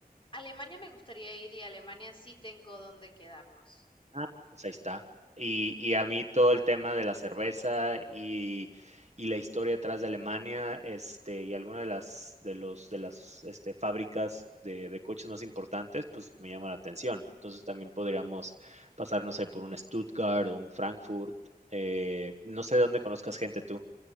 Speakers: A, on the left; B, on the right.
A: Alemania me gustaría ir y Alemania sí tengo donde quedarnos.
B: Ah, pues ahí está. Y, y a mí todo el tema de la cerveza y, y la historia detrás de Alemania, este, y alguna de las, de los, de las este, fábricas de, de coches más importantes, pues me llama la atención. Entonces también podríamos pasar, no sé, por un Stuttgart o un Frankfurt. eh, no sé de dónde conozcas gente tú.